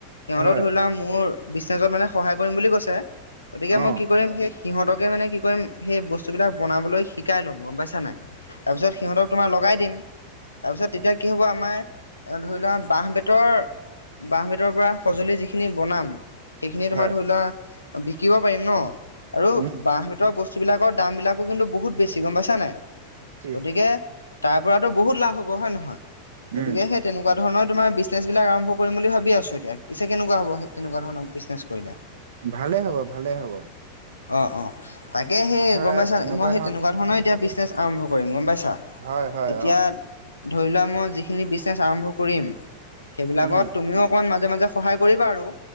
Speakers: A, on the left; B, on the right.
A: তেওঁলোক
B: হয়
A: ধৰি লোৱা মোৰ বিজনেচত মানে সহায় কৰিম বুলি কৈছে গতিকে
B: অ
A: মই কি কৰিম সেই সিহঁতকে মানে কি কৰিম সেই বস্তুবিলাক বনাবলৈ শিকাই ল'ম গম পাইছা নাই, তাৰপিছত
B: অ
A: সিহঁতক
B: অ
A: তোমাৰ লগাই দিম, তাৰপিছত
B: হয়
A: তেতিয়া কি হ'ব আমাৰ আৰু ধৰি লোৱা বাঁহ বেতৰ বাঁহ বেতৰপৰা সঁজুলি যিখিনি বনাম সেইখিনি
B: হয়
A: তোমাৰ ধৰি লোৱা বিকিব পাৰিম ন'। আৰু
B: উম
A: বাঁহ বেতৰ বস্তু বিলাকৰ দাম বিলাকো কিন্তু বহুত বেছি গম পাইছা নাই?
B: কি
A: গতিকে
B: হয়
A: তাৰপৰাতো বহুত লাভ হ'ব হয় নহয়, গতিকে
B: উম
A: সেই তেনেকুৱা ধৰণৰ তোমাৰ বিজনেছবিলাক আৰম্ভ কৰিম বুলি ভাবি আছোঁ এতিয়া। পিছে কেনেকুৱা হ'ব সে তেনেকুৱা ধৰনৰ বিনেছ কৰিলে?
B: ভালে হ'ব, ভালে হ'ব।
A: অ', অ' তাকে সেই
B: ধৰা
A: গম পাইছা
B: এনেকুৱা
A: মই সেই তেনেকুৱা ধৰণৰ এতিয়া বিজনেছ আৰম্ভ কৰিম গম পাইছা?
B: হয় হয়
A: এতিয়া
B: অ
A: ধৰি লোৱা মই যিখিনি বিজনেছ আৰম্ভ কৰিম সেইবিলাকত
B: উম
A: তুমিও অকণমান মাজে মাজে সহায় কৰিবা আৰু